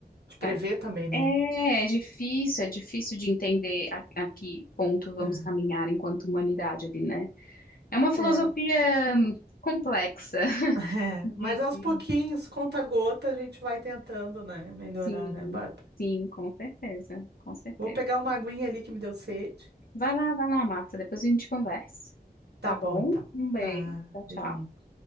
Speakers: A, on the right; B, on the left.
A: de prever
B: É,
A: também, né?
B: é é difícil, é difícil de entender a, a que ponto vamos
A: Aham.
B: caminhar enquanto humanidade ali, né? É uma filosofia
A: É,
B: hum, complexa. <laughs>
A: <laughs> é.
B: De,
A: Mas aos
B: de-
A: pouquinhos, conta gota, a gente vai tentando, né? Melhorar,
B: Sim,
A: né, Bárbara?
B: sim, com certeza, com certeza.
A: Vou pegar uma aguinha ali que me deu sede.
B: Vai lá, vai lá, Marta, depois a gente conversa.
A: Tá
B: Tá
A: bom,
B: bom?
A: então.
B: Um beijo,
A: Tá,
B: tchau,
A: beijo.
B: tchau.